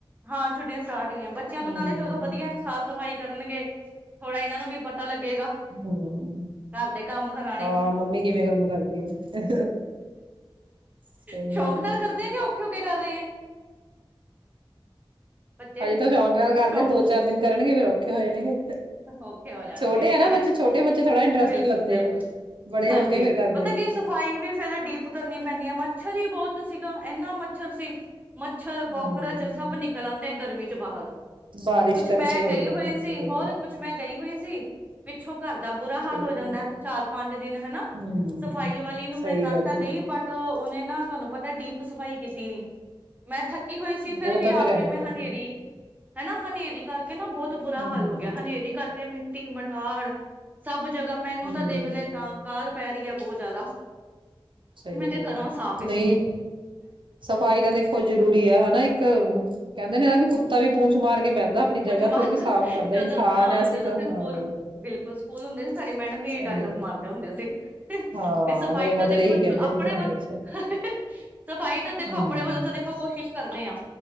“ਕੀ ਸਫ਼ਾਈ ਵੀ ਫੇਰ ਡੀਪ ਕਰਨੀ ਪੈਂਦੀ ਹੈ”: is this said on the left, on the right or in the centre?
Right